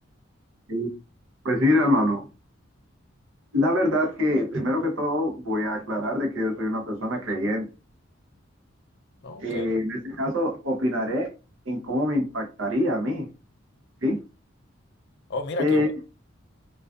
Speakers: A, on the right (about 75°); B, on the left (about 55°).
A: Y, Pues mira, hermano, la verdad que primero que todo voy a aclarar de que yo soy una persona creyente.
B: ¿no?
A: Eh,
B: Ok.
A: en este caso, opinaré en cómo me impactaría a mí, ¿sí?
B: Oh, mira
A: Eh,
B: qué bueno,